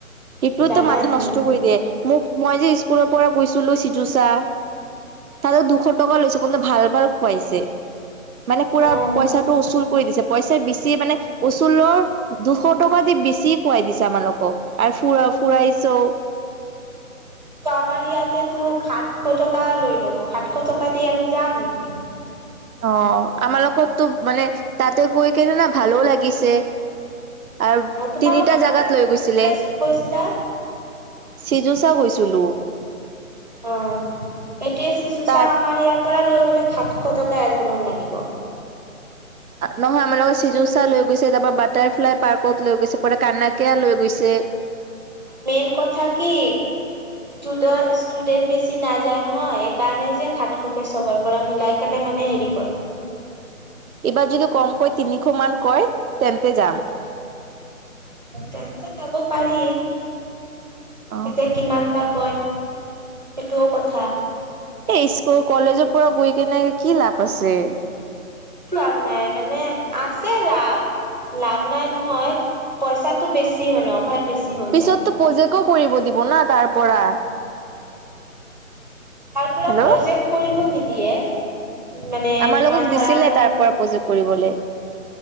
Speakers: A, on the right (about 80°); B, on the right (about 30°).
A: সটোতো
B: জানাই
A: মাথা
B: চোন
A: নষ্ট কৰি দিয়ে মোক মই যে স্কুলৰ পৰা গৈছিলো চিজুচা। তাতে দুশ টকা লৈছে ক ভাল ভাল খুৱাইছে। মানে পুৰা
B: অ
A: পইচাটো উচুল কৰি দিছে। পইচা বেছি মানে কচুলৰ দুশ টকা দি বেছি খুৱাই দিছে আমালোকক। আৰু ফুৰা ফুৰাইছো।
B: ত আমাৰ ইয়াতে তো সাতশ টকা লৈ ল'ব সাতশ টকা দি আমি যাম নেকি।
A: অ' আমাৰ লগততো মানে তাতে গৈ কিনে না ভালো লাগিছে। আৰু
B: অ তোমালোকৰ
A: তিনিটা জাগাত
B: তাত
A: লৈ
B: কোনটো
A: গৈছিলে।
B: প্লেছত গৈছিলা
A: চিযুচা গৈছিলোঁ।
B: অ' সেইটোৱে চিচুচা
A: তাৰ
B: আমাৰ ইয়াত পৰা লৈ গলে সাতশ টকা এজনত লাগিব।
A: নহয় আমাৰ লগত চিজুচা লৈ গৈছে তাৰ পৰাৰা বাটাৰফ্লাই পাৰ্কত লৈ গৈছে প কানাকিয়া লৈ গৈছে। গৈছে।
B: মেইন কথা কি ু ষ্টুডেট বেছি নাই যায় নহয় সেইকাৰণে যে খাত খুকে চবৰ পৰা মিলাই কেনে মানে হেৰি কৰে।
A: এইবাৰ যদি কমকৈ তিনিশ মান কয় তেন্তে যাম।
B: তে যাব পাৰি এতিয়া
A: অ
B: কিমান বা কয় সেইটোও কথা।
A: এই স্কুল কলেজৰ পৰা গৈ কেনে কি লাভ আছে।
B: একো লাভ নাই মানে আছে লাভ। লাভ নাই নহয় পইচাটো বেছি মানে অভাৰ। বেছি হৈ
A: পিছততো
B: যায়
A: পজেকো কৰিব দিব না তাৰ পৰা।
B: তাৰ পৰা
A: হেল্ল'
B: প্ৰজেক্ট কৰিব নিদিয়ে। মানে
A: আমাৰ
B: তোমাৰ
A: লগক
B: ধৰাত
A: দিছিলে
B: অ
A: তাৰ পৰা প্ৰজেক্ট কৰিবলে